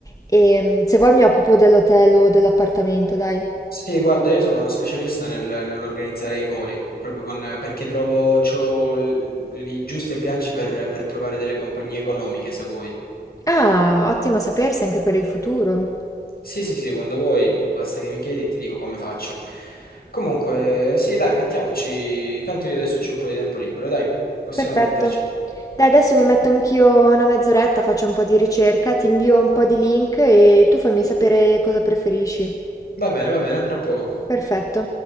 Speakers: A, on the left; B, on the left.
A: E mm, se vuoi mi occupo dell'hotel o dell'appartamento, dai.
B: Sì, guarda, io sono uno specialista nel- nell'organizzare i voli, proprio con, perché trovo, c'ho l- i giusti agganci per, per trovare delle compagnie economiche, se vuoi.
A: Ah, ottimo sapersi anche per il futuro.
B: Sì, sì, sì, quando vuoi, basta che mi chiedi e ti dico come faccio. Comunque, sì, dai, mettiamoci. Tanto io adesso c'ho un po' di tempo libero, dai, possiamo
A: Perfetto.
B: metterci.
A: Dai, adesso mi metto anch'io una mezz'oretta, faccio un po' di ricerca, ti invio un po' di link e tu fammi sapere cosa preferisci.
B: Va bene, va bene, a tra poco.
A: Perfetto.